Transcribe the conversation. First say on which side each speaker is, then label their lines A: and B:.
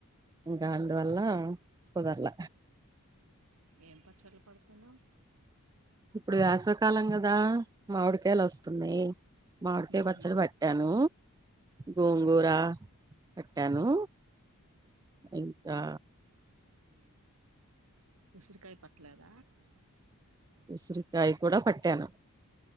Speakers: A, on the right (about 15°); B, on the right (about 70°).
A: గ అందువల్ల కుదరల
B: ఏం పచ్చళ్లు పెడుతున్నావు
A: ఇప్పుడు వేసవి కాలం కదా మామిడికాయలు వస్తున్నాయి మామిడికాయ
B: ఉహు
A: పచ్చడి పెట్టాను గోంగూర
B: ఉ
A: పెట్టాను ఇంకా
B: ఉసిరికాయ పెట్లేద
A: ఉసిరికాయ కూడా పెట్టాను